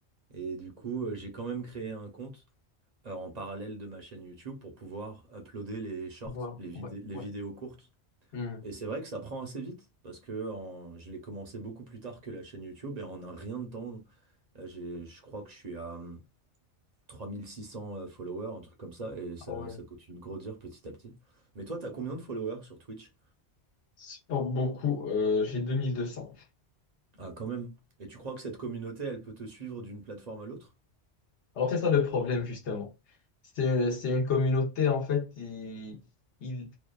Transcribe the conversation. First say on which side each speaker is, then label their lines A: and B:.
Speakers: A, on the right; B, on the left.
A: Et du coup, euh, j'ai quand même créé un compte euh, en parallèle de ma chaîne YouTube pour pouvoir uploader les shorts,
B: Ouais,
A: les vidé-
B: ouais,
A: les
B: ouais.
A: vidéos courtes.
B: Hmm.
A: Et c'est vrai que ça prend assez vite parce que en- je l'ai commencé beaucoup plus tard que la chaîne YouTube et en un rien de temps, là, j'ai- je crois que je suis à hum, 3600 euh, followers, un truc comme ça, et ça,
B: Ah ouais.
A: ça continue de grandir petit à petit. Mais toi, t'as combien de followers sur Twitch?
B: C'est pas beaucoup. euh, j'ai 2200.
A: Ah, quand même. Et tu crois que cette communauté, elle peut te suivre d'une plateforme à l'autre?
B: Alors c'est ça le problème justement. C'est, c'est une communauté en fait, ils, ils,